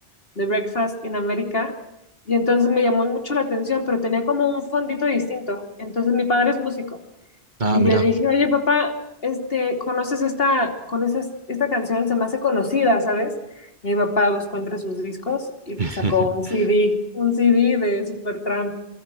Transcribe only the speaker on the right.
Ah,
mira.
<laughs>